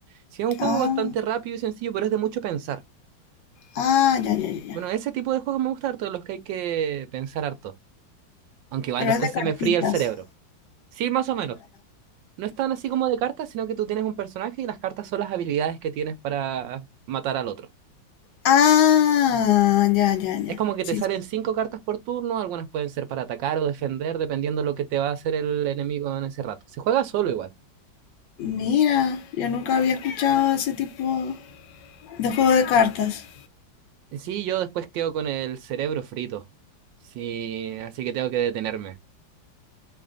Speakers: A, on the right; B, on the left.
A: Sí, es un juego
B: Ah,
A: bastante rápido y sencillo, pero es de mucho pensar.
B: ah, ya, ya, ya, ya.
A: Bueno, ese tipo de juegos me gusta harto, de los que hay que pensar harto. Aunque igual
B: Pero
A: después
B: es de
A: se
B: cartitas.
A: me fría el cerebro. Sí, más o menos. No es tan así como de cartas, sino que tú tienes un personaje y las cartas son las habilidades que tienes para matar al otro.
B: Ah, ya, ya,
A: Es
B: ya.
A: como que
B: Sí.
A: te salen cinco cartas por turno, algunas pueden ser para atacar o defender, dependiendo de lo que te va a hacer el enemigo en ese rato. Se juega solo igual.
B: Mira, yo nunca había escuchado ese tipo de juego de cartas.
A: Y Sí, yo después quedo con el cerebro frito. Sí, así que tengo que detenerme.